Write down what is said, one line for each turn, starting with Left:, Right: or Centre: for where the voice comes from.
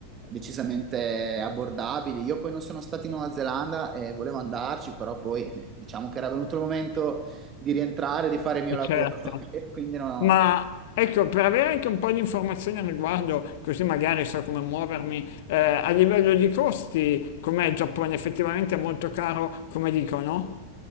Right: decisamente abbordabili. Io poi non sono stato in Nuova Zelanda e volevo andarci, però poi eh, diciamo che era venuto il momento di rientrare, di fare il mio
Left: e
Right: lavoro,
Left: certo.
Right: <laughs> e quindi no,
Left: Ma ecco, per avere anche un po' di informazioni al riguardo, così magari so come muovermi, eh, a livello di costi, com'è il Giappone? Effettivamente è molto caro, come dicono?